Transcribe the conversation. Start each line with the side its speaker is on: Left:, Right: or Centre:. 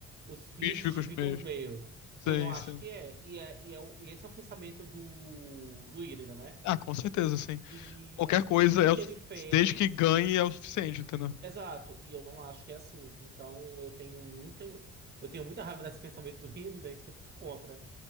Right: Os fins
Left: Fiz fico
Right: justificam
Left: os meus.
Right: os meios.
Left: Sim,
Right: Eu não acho
Left: sim.
Right: que é. E, é, e, é, o- e esse é o pensamento do, do Illidan, né?
Left: Ah, com certeza, sim.
Right: E
Left: Qualquer
Right: assim,
Left: coisa,
Right: tudo
Left: é
Right: que
Left: o, su-
Right: ele fez.
Left: desde que ganhe, é o suficiente, entendeu?
Right: Exato. E eu não acho que é assim. Então eu tenho muito. Eu tenho muita raiva desse <laughs> pensamento do Illidan e sempre fui contra.